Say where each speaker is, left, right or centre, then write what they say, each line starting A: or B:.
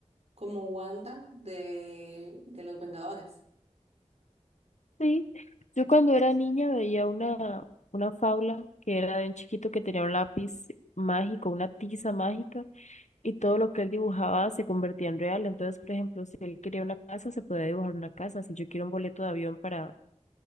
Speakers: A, on the right; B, on the left.
A: como Wanda de, de los Vengadores.
B: Sí, yo cuando era niña veía una, una fábula que era de un chiquito que tenía un lápiz mágico, una tiza mágica, y todo lo que él dibujaba se convertía en real. Entonces, por ejemplo, si él quería una casa, se podía dibujar una casa. Si yo quiero un boleto de avión para